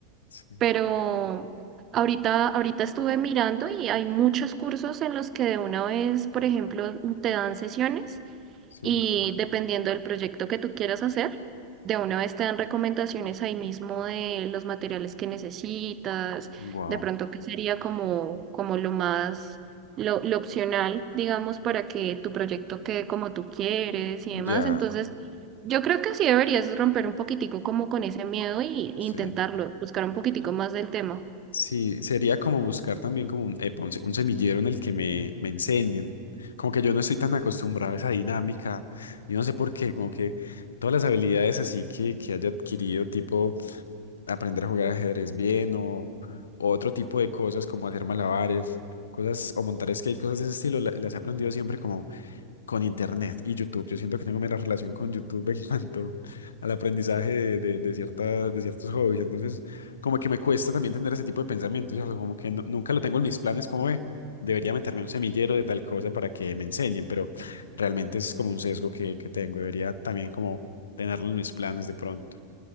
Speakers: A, on the left (about 65°); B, on the right (about 30°).
A: Sí,
B: pero ahorita, ahorita estuve mirando y hay muchos cursos en los que de una vez, por ejemplo, te dan sesiones.
A: sí.
B: Y dependiendo del proyecto que tú quieras hacer, de una vez te dan recomendaciones ahí mismo de los materiales que necesitas,
A: Wow.
B: de pronto que sería como, como lo más, lo, lo opcional, digamos, para que tu proyecto quede como tú quieres y
A: Ya,
B: demás. Entonces, yo creo que sí deberías romper un poquitico como con ese miedo y,
A: sí.
B: y intentarlo, buscar un poquitico más del tema.
A: Sí, sería como buscar también como un, epa, un, se- un semillero en el que me, me enseñen. Como que yo no estoy tan acostumbrado a esa dinámica. Yo no sé por qué, como que todas las habilidades así que, que haya adquirido, tipo aprender a jugar ajedrez bien o, o otro tipo de cosas como hacer malabares, cosas o montar skate, cosas de ese estilo, la- las he aprendido siempre como con Internet y YouTube. Yo siento que tengo menos relación con YouTube en <laughs> cuanto al aprendizaje de, de, de ciertas, de ciertos hobbies. Entonces, como que me cuesta también tener ese tipo de pensamientos. ¿cierto? Como que no- nunca lo tengo en mis planes, como ve, debería meterme a un semillero de tal cosa para que me enseñen, pero realmente es como un sesgo que, que tengo. Debería también como tenerlo en mis planes de pronto.